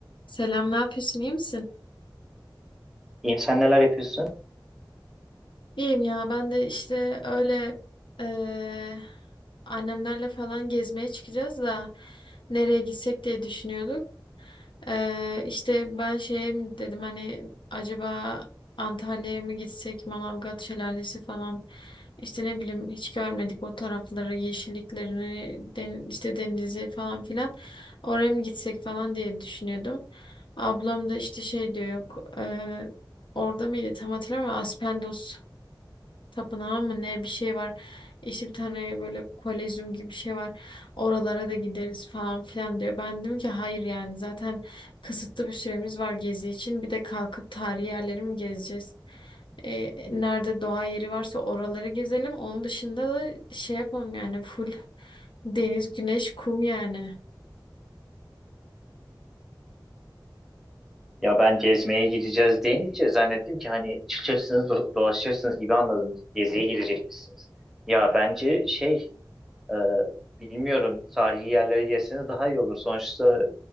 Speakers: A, on the left (about 75°); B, in the centre.
A: Selam, ne yapıyorsun? İyi misin?
B: İnsan neler yapıyorsun?
A: İyiyim ya ben de işte öyle eee, annemlerle falan gezmeye çıkacağız da nereye gitsek diye düşünüyorduk. Eee işte ben şey mi dedim hani acaba Antalya'ya mı gitsek Manavgat Şelalesi falan işte ne bileyim hiç görmedik o tarafları yeşilliklerini den- işte denizi falan filan oraya mı gitsek falan diye düşünüyordum. Ablam da işte şey diyor yok eee, orada mıydı tam hatırlamıyorum ama Aspendos tapınağı mı ne bir şey var. İşte bir tane böyle kolezyum gibi bir şey var. Oralara da gideriz falan filan diyor. Ben dedim ki hayır yani zaten kısıtlı bir süremiz var gezi için. Bir de kalkıp tarihi yerleri mi gezeceğiz? E, nerede doğa yeri varsa oraları gezelim. Onun dışında da şey yapalım yani full deniz, güneş, kum yani.
B: Ya ben gezmeye gideceğiz deyince zannettim ki hani çıkacaksınız do- dolaşacaksınız gibi anladım. Geziye gidecekmişsiniz. Ya bence şey e, bilmiyorum tarihi yerlere gelseniz daha iyi olur. Sonuçta